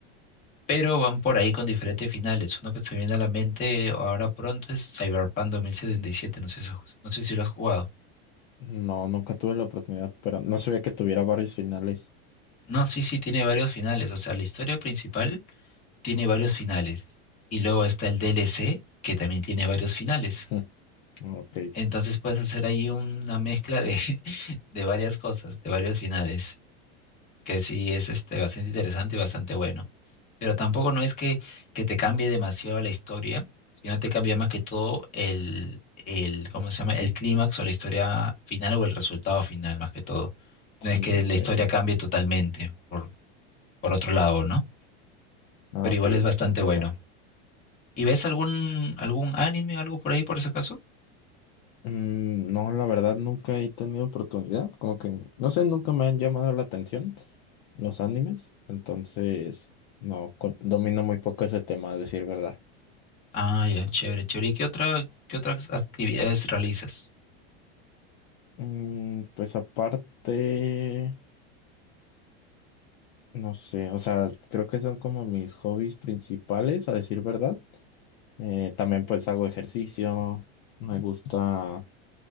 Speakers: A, on the left; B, on the left.
A: pero van por ahí con diferentes finales. Uno que se viene a la mente ahora pronto es Cyberpunk 2077, no sé, si- no sé si lo has jugado.
B: no, nunca tuve la oportunidad, pero no sabía que tuviera varios finales.
A: No, sí, sí, tiene varios finales, o sea, la historia principal tiene varios finales. Y luego está el DLC, que también tiene varios finales.
B: <laughs> Ok,
A: Entonces puedes hacer ahí una mezcla de, <laughs> de varias cosas, de varios finales, que sí es este, bastante interesante y bastante bueno. Pero tampoco no es que, que te cambie demasiado la historia, sino te cambia más que todo el, el, ¿cómo se llama? El clímax o la historia final o el resultado final, más que todo. No
B: sí,
A: es que
B: ok.
A: la historia cambie totalmente, por, por otro lado, ¿no?
B: Ah,
A: Pero
B: ok,
A: igual es bastante
B: entiendo.
A: bueno. ¿Y ves algún, algún anime, algo por ahí, por ese caso?
B: Mm, no, la verdad nunca he tenido oportunidad, como que, no sé, nunca me han llamado la atención los animes, entonces, no, co- domino muy poco ese tema, a decir verdad.
A: Ah, ya, chévere, chévere. ¿Y qué otra, qué otras actividades realizas?
B: Mm, pues aparte, no sé, o sea, creo que son como mis hobbies principales, a decir verdad. Eh, también pues hago ejercicio, me gusta.